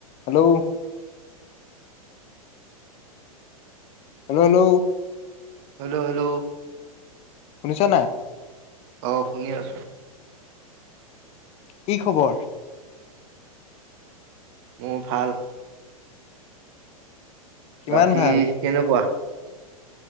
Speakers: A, on the left; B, on the right.
A: Hello hello hello
B: hello hello
A: শুনিছ নাই
B: অ শুনি আছো
A: কি খবৰ
B: মোৰ ভাল
A: কিমান
B: বাকী
A: ভাল
B: কেনেকুৱা